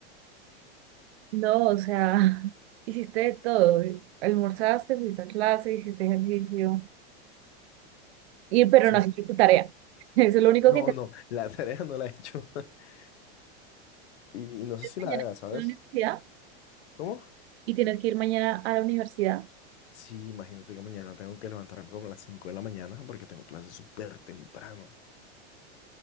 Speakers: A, on the right (about 70°); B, on the left (about 85°).
A: No, o sea, <laughs> hiciste de todo. eh, Almorzaste, fuiste a clase, hiciste ejercicio. Y, pero
B: Sí,
A: no
B: sí.
A: hiciste tu tarea. <laughs> Eso es lo único
B: no,
A: que te hace
B: no, la <laughs> tarea no la he hecho. <laughs> Y, y no sé si la
A: mañana
B: haga,
A: en
B: ¿sabes?
A: la universidad
B: ¿Cómo?
A: y tienes que ir mañana a la universidad.
B: Sí, imagínate que mañana tengo que levantarme como a las 5 de la mañana porque tengo clases súper temprano.